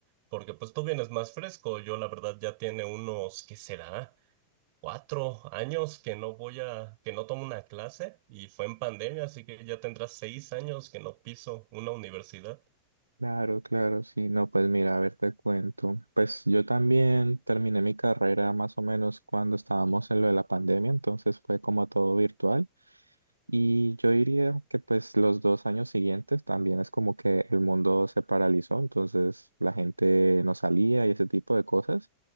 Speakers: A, on the right; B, on the right.
A: Porque pues tú vienes más fresco, yo la verdad ya tiene unos, ¿qué será? Cuatro años que no voy a, que no tomo una clase y fue en pandemia, así que ya tendrás seis años que no piso una universidad.
B: Claro, claro, sí, no, pues mira, a ver, te cuento. Pues yo también terminé mi carrera más o menos cuando estábamos en lo de la pandemia, entonces fue como todo virtual. Y yo diría que pues los dos años siguientes también es como que el mundo se paralizó, entonces la gente no salía y ese tipo de cosas.